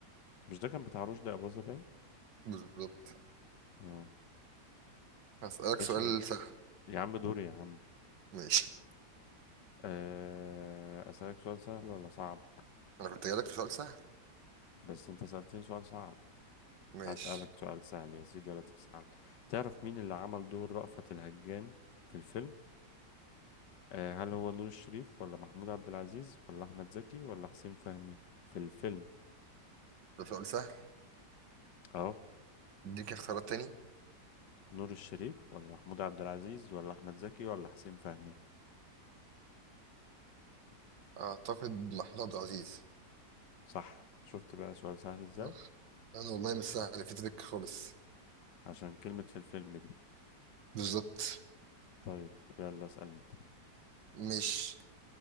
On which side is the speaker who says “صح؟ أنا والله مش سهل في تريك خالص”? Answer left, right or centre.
Right